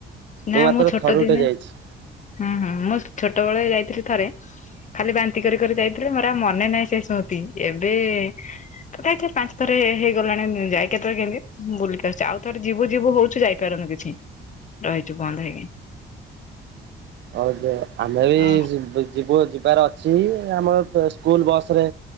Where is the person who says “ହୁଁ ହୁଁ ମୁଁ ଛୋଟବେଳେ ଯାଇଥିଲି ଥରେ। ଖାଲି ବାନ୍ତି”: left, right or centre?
Left